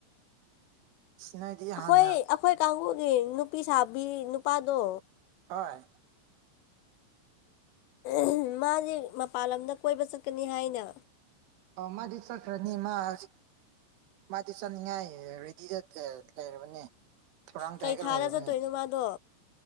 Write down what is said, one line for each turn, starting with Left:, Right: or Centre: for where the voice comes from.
Right: ꯑ ꯅꯣꯏꯗꯤ
Left: ꯑꯩꯈꯣꯏ
Right: ꯍꯥꯟꯅ
Left: ꯑꯩꯈꯣꯏ ꯀꯥꯡꯕꯨꯒꯤ ꯅꯨꯄꯤ ꯁꯥꯕꯤ ꯅꯨꯄꯥꯗꯣ
Right: ꯍꫭꯏ
Left: ꯎꯝ ꯃꯥꯁꯦ ꯃꯄꯥꯟ ꯂꯝꯗ ꯀꯣꯏꯕ ꯆꯠꯀꯅꯤ ꯍꯥꯏꯅ
Right: ꯑꫭꯃꯗꯤ ꯆꯠꯈ꯭ꯔꯅꯤ ꯃꯥ ꯍꯖꯤꯛ ꯃꯥꯗꯤ ꯆꯥꯠꯅꯤꯡꯉꯥꯏ ꯔꯦꯗꯤꯗ ꯂꯩꯔꯕꯅꯦ ꯊꯧꯔꯥꯡ
Left: ꯀꯩ
Right: ꯇꯧꯔꯒ
Left: ꯊꯥꯗ
Right: ꯂꯩꯔꯕꯅꯤ
Left: ꯆꯠꯇꯣꯏꯅꯣ ꯃꯥꯗꯣ